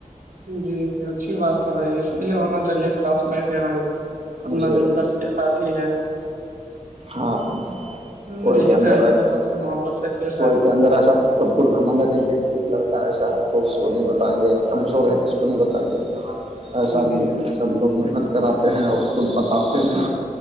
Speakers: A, on the right (about 75°); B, on the right (about 45°).
A: جی اچھی بات ہے بھائی صحیح ہونا چاہیے کلاس مٹ ہے بھائی اپنا
B: جی
A: در سے ساتھی ہے
B: ہاں
A: ہاں،
B: کوئی
A: یہی
B: کے اندر
A: چاہیے
B: ہے
A: کہ سب سے محبت سے پیش
B: کوئی
A: آئے
B: کے اندر ہے سب تو بر ہمارا نہیں ہے کہ لڑکا ایسا ہے تو اس کو نہیں بتائیں گے کمزور ہے تو اس کو نہیں بتائیں گے ایسا
A: ہاں،
B: نہیں
A: جی
B: ہے
A: جی
B: سب لوگ محنت کراتے ہیں اور خود بتاتے ہیں